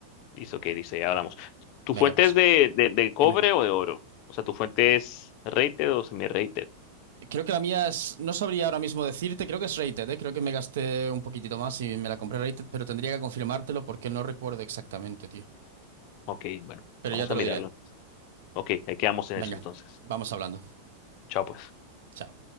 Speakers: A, on the left; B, on the right.
A: Listo, ok, listo, ya hablamos. ¿Tu
B: Venga,
A: fuente
B: pues,
A: es de, de, de cobre
B: dime.
A: o de oro? O sea, ¿tu fuente es rated o semi-rated?
B: Creo que la mía es, no sabría ahora mismo decirte, creo que es rated, ¿eh? Creo que me gasté un poquitito más y me la compré rated, pero tendría que confirmártelo porque no recuerdo exactamente, tío.
A: Ok, bueno,
B: Pero
A: vamos
B: ya te
A: a
B: lo
A: mirarlo.
B: diré.
A: entonces. Ok, ahí quedamos en
B: Venga,
A: eso entonces.
B: vamos hablando.
A: Chao, pues.
B: Chao.